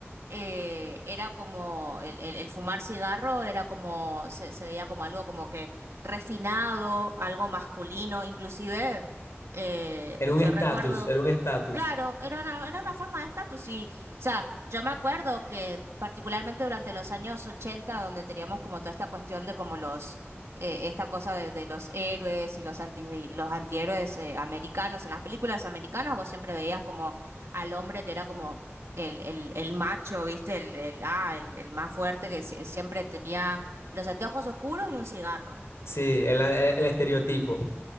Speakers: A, on the right (about 70°); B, on the left (about 70°).
A: eh, era como el, el- el fumar cigarro era como, se, se veía como algo como que refinado, algo masculino, inclusive eh,
B: Era un
A: yo
B: estatus,
A: recuerdo
B: era un estatus.
A: Claro, era una, era una forma de estatus y, o sea, yo me acuerdo que particularmente durante los años 80 donde teníamos como toda esta cuestión de como los, eh, esta cosa de, de los héroes y los anti, los antihéroes eh, americanos, en las películas americanas vos siempre veías como al hombre que era como el, el, el macho, ¿viste? El, el, ah, el, el más fuerte que sie- siempre tenía los anteojos oscuros y un cigarro.
B: Sí, el, el- el estereotipo.